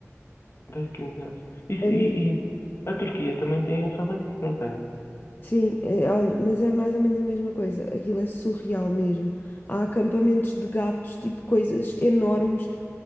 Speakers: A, on the left; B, on the left.
A: Basically, exato. Isso,
B: É
A: e, e a Turquia também tem fama disso, não tem?
B: Sim, é, olha, mas é mais ou menos a mesma coisa. Aquilo é surreal mesmo. Há acampamentos de gatos, tipo coisas enormes,